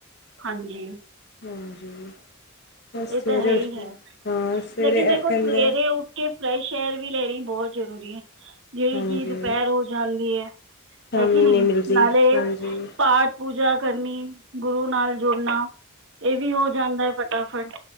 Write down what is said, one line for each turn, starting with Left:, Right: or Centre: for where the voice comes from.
Right: ਹਾਂਜੀ।
Left: ਹਾਂਜੀ। ਬ ਸਵੇਰੇ
Right: ਇਹ ਤਾਂ ਹੈ
Left: ਉਠਦੀ-
Right: ਹੀ ਹੈ
Left: ਹਾਂ ਸਵੇਰੇ
Right: ਲੇਕਿਨ ਦੇਖੋ
Left: ਐ ਕਈਦਾ
Right: ਸਵੇਰੇ ਉੱਠ ਕੇ ਫਰੈਸ਼ ਏਅਰ ਵੀ ਲੈਣੀ ਬੋਤ ਜ਼ਰੂਰੀ ਐ। ਜੇੜੀ
Left: ਹਾਂਜੀ
Right: ਕੀ ਦੁਪੈਰ ਹੋ ਜਾਂਦੀ ਐ।
Left: ਸ਼ਾਮੀ
Right: ਹੈ ਕੇ ਨੀ
Left: ਨਹੀਂ ਮਿਲਦੀ
Right: ਨਾਲੇ
Left: ਹਾਂਜੀ
Right: ਪਾਠ- ਪੂਜਾ ਕਰਨੀ, ਗੁਰੂ ਨਾਲ ਜੁੜਨਾ, ਏ ਵੀ ਹੋ ਜਾਂਦਾ ਐ ਫਟਾਫਟ।